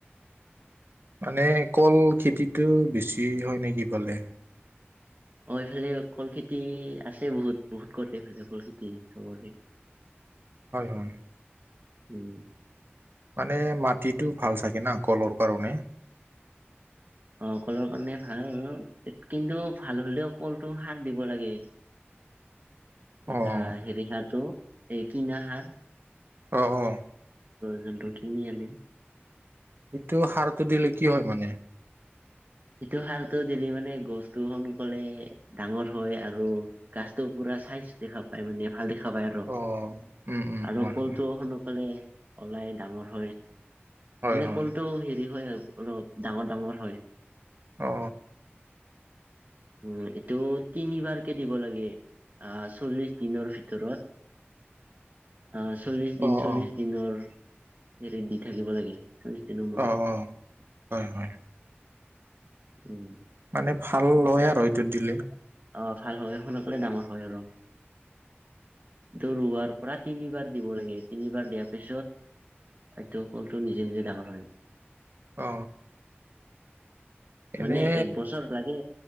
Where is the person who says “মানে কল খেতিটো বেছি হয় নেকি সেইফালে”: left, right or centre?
Right